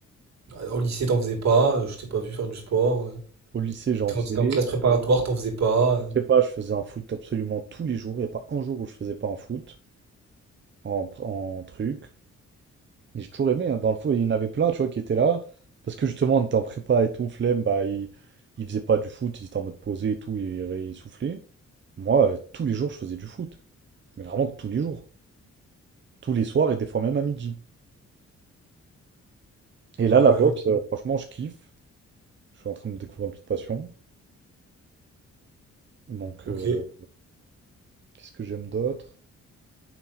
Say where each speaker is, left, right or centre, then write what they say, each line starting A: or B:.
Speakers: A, on the right; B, on the right.
A: Euh, Au lycée, t'en faisais pas, euh, je t'ai pas vu faire du sport. euh.
B: Au lycée, j'en
A: Quand
B: faisais.
A: t'étais en classe préparatoire, t'en faisais pas. euh.
B: En prépa, je faisais un foot absolument tous les jours. Il n'y a pas un jour où je faisais pas un foot en, pr- en truc. Et j'ai toujours aimé. hein. Dans le foot, il y en avait plein, tu vois, qui étaient là. Parce que justement, on était en prépa et tout, flemme, bah, ils, ils faisaient pas du foot, ils étaient en mode posé et tout, ils, ils soufflaient. Moi, euh, tous les jours, je faisais du foot. Mais vraiment tous les jours. Tous les soirs et des fois même à midi. Et là,
A: Ouais,
B: la boxe,
A: ok.
B: euh, franchement, je kiffe. Je suis en train de me découvrir une petite passion. Donc,
A: Ok.
B: euh, qu'est-ce que j'aime d'autre?